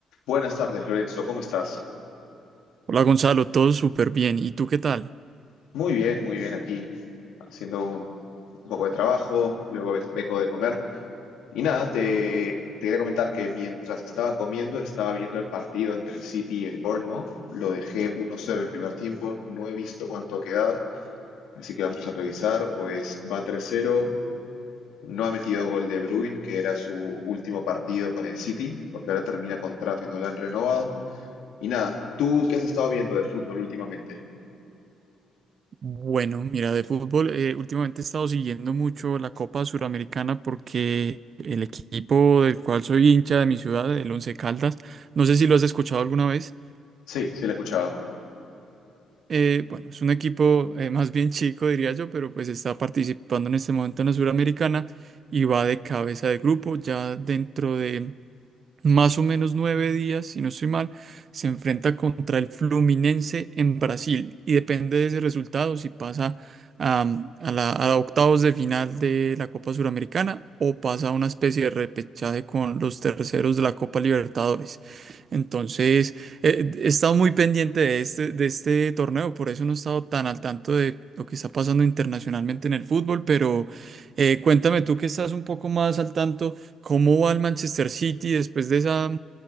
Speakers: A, on the left (about 80°); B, on the right (about 50°).
A: Buenas tardes, Lorenzo, ¿cómo estás?
B: Hola Gonzalo, todo súper bien. ¿Y tú qué tal?
A: Muy bien, muy bien aquí, haciendo un, un poco de trabajo, luego ve- vengo de comer. Y nada, te, te quería comentar que mientras estaba comiendo, estaba viendo el partido entre el City y el Bournemouth. Lo dejé 1-0 el primer tiempo, no he visto cuánto ha quedado, así que vamos a revisar. Pues va 3-0, no ha metido gol de Bruin, que era su último partido con el City, porque ahora termina contrato y no lo han renovado. Y nada, ¿tú qué has estado viendo de fútbol últimamente?
B: Bueno, mira, de fútbol, eh, últimamente he estado siguiendo mucho la Copa Suramericana porque el equipo del cual soy hincha de mi ciudad, el Once Caldas, no sé si lo has escuchado alguna vez.
A: Sí, sí lo he escuchado.
B: eh, bueno, es un equipo eh, más bien chico, diría yo, pero pues está participando en este momento en la Suramericana y va de cabeza de grupo. Ya dentro de más o menos nueve días, si no estoy mal, se enfrenta contra el Fluminense en Brasil y depende de ese resultado si pasa am, a, la, a octavos de final de la Copa Suramericana o pasa a una especie de repechaje con los terceros de la Copa Libertadores. Entonces, eh, he estado muy pendiente de este, de este torneo, por eso no he estado tan al tanto de lo que está pasando internacionalmente en el fútbol, pero eh, cuéntame tú que estás un poco más al tanto. ¿Cómo va el Manchester City después de esa,